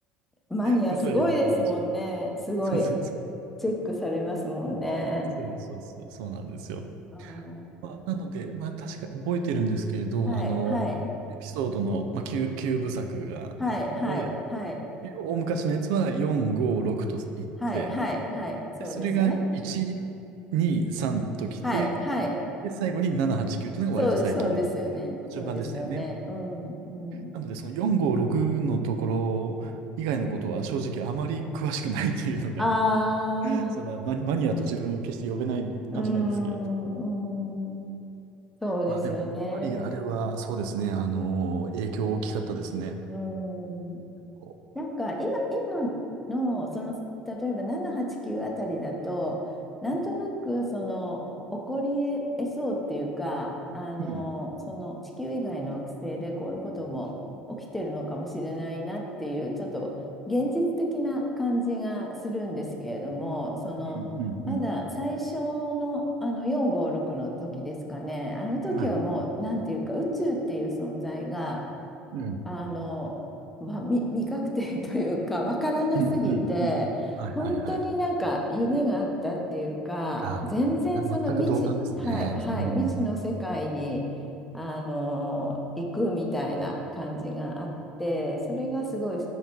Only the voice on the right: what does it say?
ことは言われてました。
そうそうそう、
そうそうそう、そうなんですよ。
まあ、なので、まあ、確か覚えてるんですけれど、
あの、エピソードの、まあ、9、9部作があって、
え大昔のやつは4、5、6といって、
で、それが1、2、3ときて、
で、最後に7、8、9というのが割と最近やっていた順番でしたよね。
なので、その4、5、6のところ以外のことは正直あまり詳しくないというのが、
そのマニ、
マニアと自分を決して呼べない感じなんですけれども。
まあでも、やっぱりあれはそうですね、あの、影響大きかったですね。
こ
う
うん、
うん、うん、
うん。
はい。
うん、
うん、うん、うん。はい、
はい、はい。あ、
全く同感ですね。
うん。